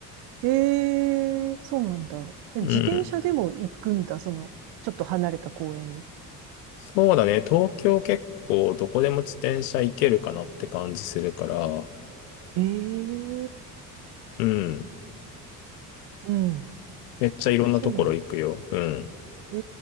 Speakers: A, on the right; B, on the left.
A: ええそうなんだ。え自転車でも行くんだ、
B: うん
A: その、ちょっと離れた公園に。
B: そうだね。東京結構どこでも自転車行けるかなって感じするから、
A: ええ
B: うん。
A: うん。
B: めっちゃいろんなところ行くよ。
A: そうなんだ。
B: うん。
A: え